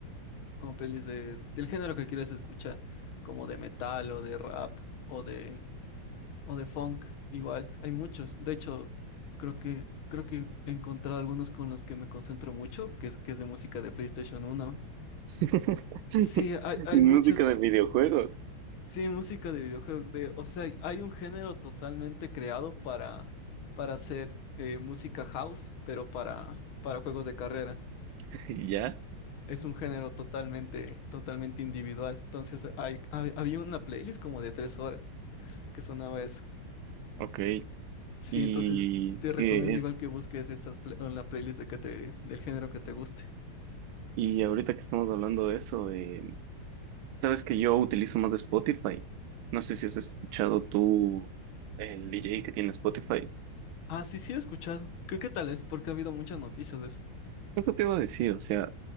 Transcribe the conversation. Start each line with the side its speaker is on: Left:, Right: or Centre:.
Left: como pelis de, del género que quieres escuchar, como de metal o de rap o de, o de funk, igual, hay muchos. De hecho, creo que, creo que he encontrado algunos con los que me concentro mucho, que es, que es de música de PlayStation uno
Right: <laughs>
Left: Sí, hay, hay
Right: música
Left: muchas, ah,
Right: de videojuegos.
Left: sí, música de videojuegos, de, o sea, hay un género totalmente creado para, para hacer eh, música house, pero para, para juegos de carreras.
Right: <laughs> Y Ya,
Left: Es un género totalmente, totalmente individual. Entonces, hay, hab- había una playlist como de tres horas que sonaba eso.
Right: ok.
Left: Sí,
Right: ¿Y
Left: entonces te
Right: que
Left: recomiendo
Right: es?
Left: igual que busques esas pla- en la playlist de que te, del género que te guste.
Right: Y ahorita que estamos hablando de eso, eh, sabes que yo utilizo más Spotify. No sé si has escuchado tú el DJ que tiene Spotify.
Left: Ah, sí, sí he escuchado. ¿Qué, qué tal es? Porque ha habido muchas noticias de eso.
Right: Eso te iba a decir, o sea,